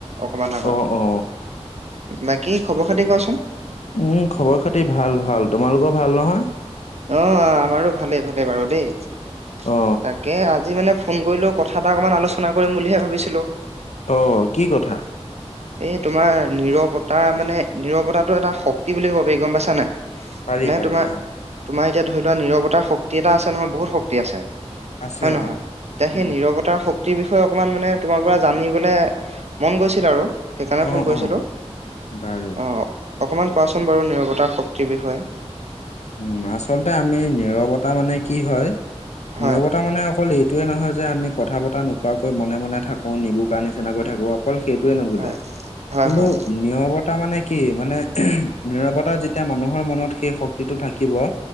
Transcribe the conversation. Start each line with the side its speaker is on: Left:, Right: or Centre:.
Right: অকমান আগত।
Left: অ অ
Right: বাকী খবৰ -খাতি কোৱাচোন।
Left: উম খবৰ -খাতি ভাল ভাল তোমালোকৰ ভাল নহয়।
Right: অ' অ' আমাৰো ভালেই ভালেই বাৰু দেই তাক।
Left: অ
Right: তাকে আজি মানে ফন কৰিলেও কথা এটা অকণমান আলোচনা কৰিম বুলিহে ভাবিছিলোঁ।
Left: অ' কি কথা।
Right: এই তোমাৰ নিৰৱতা মানে নিৰৱতাটো এটা শক্তি বুলি গম পাইছা নাই।
Left: পাৰি
Right: নে
Left: পাৰি
Right: তোমাৰ
Left: অ
Right: তোমাৰ এতিয়া ধৰি লোৱা নিৰৱতাৰ শক্তি। এটা আছে নহয় বহুত শক্তি আছে
Left: আছে
Right: হয় নহয়
Left: অ
Right: এতিয়া সেই
Left: উম
Right: নিৰৱব। তাৰ শক্তিৰ বিষয়ে অকমান মানে তোমাৰ পৰা জানিবলে মন গৈছিল আৰু। সেইকাৰণে
Left: অ
Right: ফোন কৰিছিলোঁ
Left: অ
Right: অ'
Left: বাৰু
Right: অকণমান কোৱাচোন বাৰু নিৰৱতাৰ শক্তিৰ বিষয়ে।
Left: উম আচলতে আমি নিৰৱতা মানে কি হয়
Right: হয়,
Left: নিৰৱতা মানে অকল ই। এইটোৱে নহয় যে আমি কথা পতৰা নোকোৱাকৈ মনে মনে থাকোঁ নিবুুকা নিচিনাকৈ থাকোঁ। অকল সেইটয়ে নুবুজায়
Right: হয়, হয়,
Left: কিন্তু।
Right: হয়,
Left: নিৰৱতা মানে কি মানে নিৰৱতা যেতিয়া মানুহৰ মনত সেই শক্তি। থাকিব